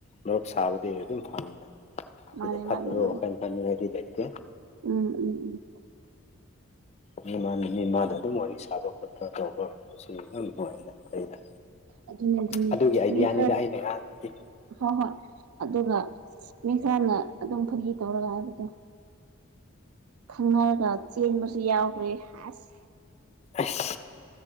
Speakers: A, on the left (about 30°); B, on the right (about 85°).
A: ꯃꯔꯨꯞ ꯁꯥꯕꯗꯤ ꯑꯗꯨꯝ ꯐꯪꯉꯤꯗ ꯁꯤꯗ
B: ꯃꯥꯅꯦ
A: ꯐꯠꯇꯕ
B: ꯃꯥꯅꯦ ꯃꯥꯅꯦ
A: ꯋꯥꯈꯜ ꯈꯟꯅꯤꯡꯉꯥꯏꯗꯤ ꯂꯩꯇꯦ
B: ꯎꯝ ꯎꯝ ꯎꯝ
A: ꯃꯤꯃꯥꯟ ꯃꯤꯃꯥꯗ ꯑꯗꯨꯝ ꯋꯥꯔꯤ ꯁꯥꯕ ꯈꯣꯠꯄ ꯇꯧꯕ ꯑꯁꯤ ꯌꯥꯝ ꯅꯨꯡꯉꯥꯏꯅ ꯑꯩꯅ
B: ꯑꯗꯨꯅꯦ ꯑꯗꯨꯅꯦ
A: ꯑꯗꯨꯒꯤ ꯑꯥꯏꯗꯤꯌꯥꯅꯤꯗ
B: ꯃꯤ ꯈꯔ
A: ꯑꯩꯅ ꯉꯥꯡꯉꯤꯗꯤ
B: ꯍꯣꯏ ꯍꯣꯏ ꯑꯗꯨꯒ ꯃꯤꯁꯥꯅ ꯑꯗꯨꯝ ꯐꯒꯤ ꯇꯧꯔꯒ ꯍꯥꯏꯕꯗꯣ ꯈꯪꯅꯔꯒ ꯆꯦꯟꯕꯁꯨ ꯌꯥꯎꯈ꯭ꯔꯦ ꯍꯥꯁ
A: ꯑꯁ